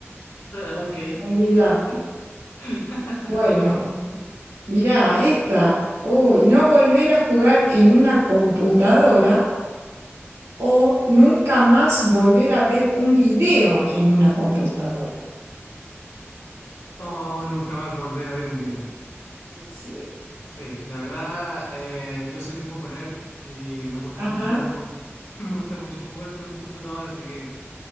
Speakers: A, on the left; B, on the right.
A: Ok.
B: Olvídate.
A: <laughs>
B: Bueno,
A: Ok.
B: mirá, esta. Uy, no volver a jugar en una computadora o nunca más volver a ver un video en una computadora.
A: Oh, nunca más volver a ver un video.
B: Eh, sí.
A: Sí, la verdad, eh, yo soy un poco nerd y me gusta
B: Ajá,
A: mucho, <laughs> me gusta mucho jugar con el computador, así que